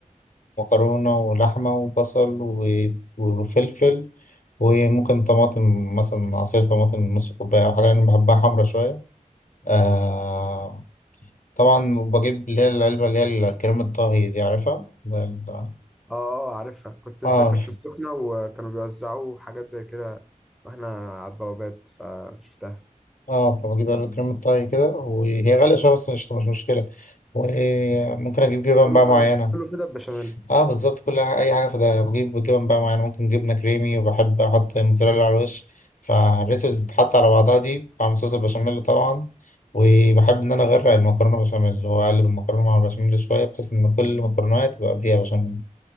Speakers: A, on the left; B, in the centre.
A: ومكرونه ولحمه وبصل و- وفلفل وممكن طماطم مثلا عصير طماطم نص كوبايه او حاجه انا بحبها حمرا شويه آه طبعا بجيب اللي هي العلبه اللي هي كريمه الطهي دي عارفها ال-
B: اه اه آه، عارفها كنت
A: اه
B: مسافر في السخنه وكانوا بيوزعوا حاجات زي كده واحنا على البوابات فشفتها
A: اه فبجيب علبة كريمة طهي كده وهي غالية شوية بس مش مش مشكلة وممكن أجيب جبن
B: كله
A: بقى
B: فدا
A: معينة
B: كله فدا بشاميل
A: اه بالظبط كل ح- أي حاجة فده بجيب جبن بقى معينة ممكن جبنة كريمي وبحب أحط موتزاريلا على الوش فالريسبس بتتحط على بعضها دي مع صوص البشاميل طبعا وبحب إن أنا أغرق المكرونة بشاميل وأقلب المكرونة مع البشاميل شوية بحيث إن كل المكرونة تبقى فيها بشاميل